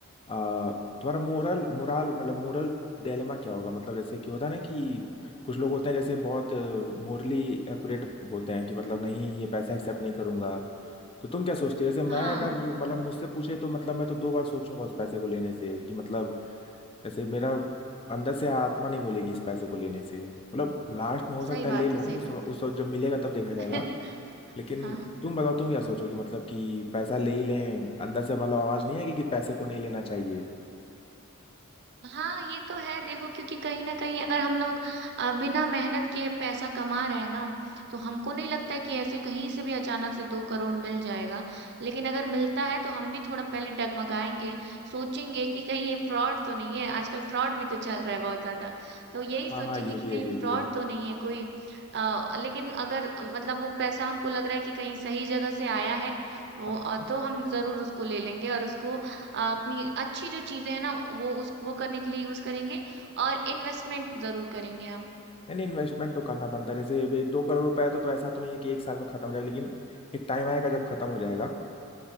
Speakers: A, on the left; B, on the right.
A: आ, तुम्हारा मोरल मोरल मतलब मोरल डायलेमा क्या होगा मतलब जैसे कि होता है ना कि कुछ लोग होते हैं जैसे बहुत मोरली एक्यूरेट होते हैं कि मतलब नहीं ये पैसा एक्सेप्ट नहीं करूंगा तो तुम क्या सोचती हो जैसे मैं
B: हाँ
A: अगर मतलब मुझसे पूछे तो मतलब मैं तो दो बार सोचूंगा उस पैसे को लेने से कि मतलब जैसे मेरा अंदर से आत्मा नहीं बोलेगी इस पैसे को लेने से मतलब लास्ट में हो
B: सही
A: सकता
B: बात
A: है ले लूं
B: है सही
A: उस
B: बात
A: उस वक्त जब मिलेगा तब देखा जाएगा
B: है
A: लेकिन
B: <laughs> हाँ
A: तुम बताओ तुम क्या सोचोगे मतलब कि पैसा ले ही लें अंदर से मतलब आवाज नहीं आएगी कि पैसे को नहीं लेना चाहिए
B: हाँ ये तो है देखो क्योंकि कहीं ना कहीं अगर हम लोग अ, बिना मेहनत के पैसा कमा रहे हैं ना तो हमको नहीं लगता है कि ऐसे कहीं से भी अचानक से दो करोड़ मिल जाएगा लेकिन अगर मिलता है तो हम भी थोड़ा पहले डगमगाएंगे सोचेंगे कि कहीं ये फ्रॉड तो नहीं है आजकल फ्रॉड भी तो चल रहा है बहुत ज्यादा तो यही सोचेंगे
A: हाँ हाँ ये
B: कि
A: भी
B: कहीं
A: है ये
B: फ्रॉड
A: भी है
B: तो नहीं है कोई अ, लेकिन अगर मतलब वो पैसा हमको लग रहा है कि कहीं सही जगह से आया है वो
A: हाँ
B: अ,
A: हाँ।
B: तो हम जरूर उसको ले लेंगे और उसको अपनी अच्छी जो चीजें हैं ना वो उस वो करने के लिए यूज करेंगे और इन्वेस्टमेंट जरूर करेंगे हम
A: नहीं नहीं इन्वेस्टमेंट तो करना बनता है जैसे भाई दो करोड़ रुपए है तो, तो ऐसा तो नहीं है कि एक साल में खत्म हो जाएगा लेकिन एक टाइम आएगा जब खत्म हो जाएगा